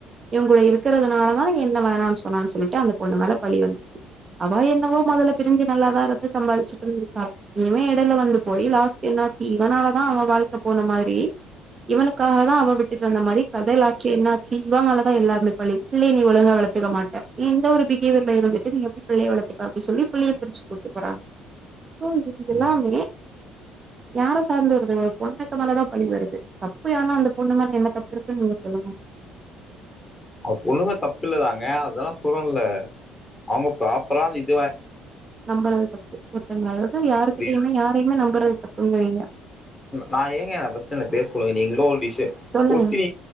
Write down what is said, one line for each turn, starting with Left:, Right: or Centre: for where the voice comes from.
Right: இவங்கூட இருக்கறதுனால என்ன வேணான் சொன்னான் சொல்லி அந்த பொண்ணு மேல பழி வந்ச்சு அவ என்னவோ மொதல பிரிஞ்சி நல்லாதா இருந்து சம்பாதிச்சிட்டு இருந்துருக்கா இவேன் எடைல வந்து போய் லாஸ் என்னாச்சி இவனாலதா அவ வாழ்க்க போன மாரி இவனுக்கா தா அவ விட்டு தந்த மாரி கத லாஸ்ட் என்னா சிவா மேல தா எல்லாருமே பலி புள்ளய நீ ஒழுங்க வளத்துக்க மாட்ட இந்த ஒரு பிஹேவியர்ல இருந்து நீ எப்டி புள்ளய வளத்துப்ப அப்டி சொல்லி புள்ளய பிரிச்சி கூட்டு போனாங்க சோ இது எல்லாமே
Left: ம்.
Right: யார சார்ந்துருது ஒரு பொண்ணுக்கு மேல தா பழி வருது தப்பு யார்னா அந்த பொண்ணு மேல என்ன தப்பு இருக்குன் நீங்க சொல்லுங்க
Left: அ பொண்ணுமேல தப்பு இல்லதாங்க அதெல்லா சொல்லல அவுங்க ப்ராப்பரா அந்த இதுவ
Right: நம்ப நாள தப் ஒர்த்தங்கது யாருகிட்டயுமே
Left: புரியுது.
Right: யாரயுமே நம் பண்ரது தப்புங்கிறீங்க
Left: நா ஏங்க என ஃபஸ்ட்டு என்ன பேசவுடுங்க நீங்களே ஒரு டிஷ்
Right: சொல்லுங்க
Left: கொஸ்டின்